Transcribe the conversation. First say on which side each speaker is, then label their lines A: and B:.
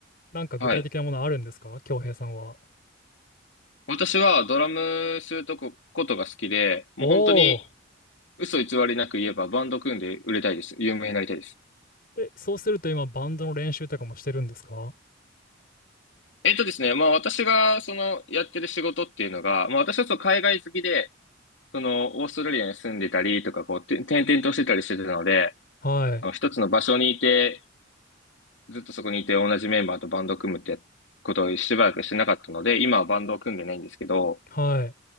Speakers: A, on the left; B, on the left.
A: なんか具体的なものあるんですか恭平さんは。
B: はい。私はドラムするとこ、ことが好きで、もう本当に
A: おお。
B: 嘘偽りなく言えばバンド組んで売れたいです。有名になりたいです。
A: え、そうすると今バンドの練習とかもしてるんですか
B: えっとですね、まあ私がそのやってる仕事っていうのが、まあ私はそう海外好きで、その、オーストラリアに住んでたりとか、こう、て転々としてたりしてたので、
A: はい。
B: あの、一つの場所にいて、ずっとそこにいて同じメンバーとバンドを組むってことをしばらくしてなかったので、今はバンドを組んでないんですけど、
A: はい。